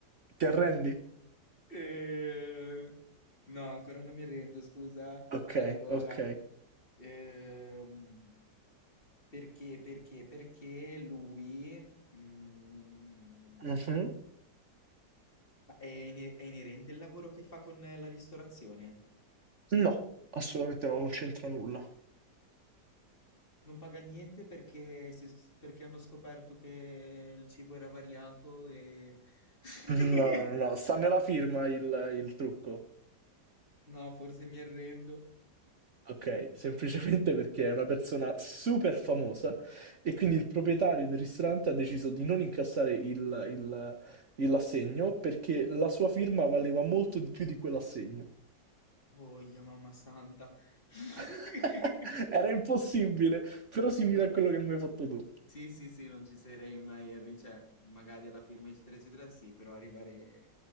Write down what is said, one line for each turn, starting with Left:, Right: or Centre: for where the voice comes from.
Right: ti arrendi?
Left: Eh, No, ancora non mi rendo, scusa.
Right: Ok,
Left: Allora,
Right: ok.
Left: ehm, perché, perché, perché lui, mm,
Right: Mhm.
Left: Ma è, ine- è inerente il lavoro che fa con eh, la ristorazione?
Right: No, assolutamente no, non c'entra nulla.
Left: Non paga niente perché, si s- perché hanno scoperto che il cibo era variato e... <laughs>
Right: No, no, no, sta nella firma il, il trucco.
Left: No, forse mi arrendo.
Right: Ok, semplicemente perché è una persona super famosa e quindi il proprietario del ristorante ha deciso di non incassare il, il- il assegno perché la sua firma valeva molto di più di quell'assegno.
Left: Oh, mamma santa. <laughs>
Right: <laughs> Era impossibile, però simile
Left: No.
Right: a quello che mi hai fatto tu.
Left: Sì, sì, sì, non ci sarei mai arrivato, cioè, magari alla firma eccetera eccetera sì, però arrivare